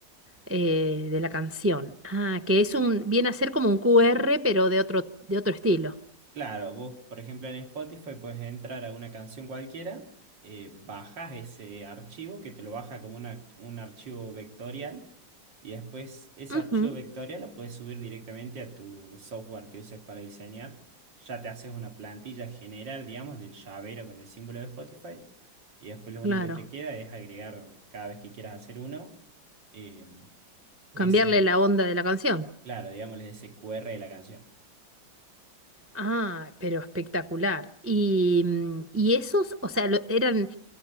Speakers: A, on the right (about 20°); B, on the right (about 65°).
A: eh, de la canción. Ah, que es un, viene a ser como un Q R, pero de otro, de otro estilo.
B: Claro, vos, por ejemplo, en Spotify puedes entrar a una canción cualquiera, eh, bajas ese archivo que te lo baja como una- un archivo vectorial y después ese
A: Ujú,
B: archivo vectorial lo puedes subir directamente a tu software que uses para diseñar. Ya te haces una plantilla general, digamos, del llavero con el símbolo de Spotify y después lo único
A: claro.
B: que te queda es agregar cada vez que quieras hacer uno eh,
A: Cambiarle
B: ese,
A: la onda de la canción.
B: claro, digamos ese QR de la canción.
A: Ah, pero espectacular. Y, mm, y esos, o sea, lo- eran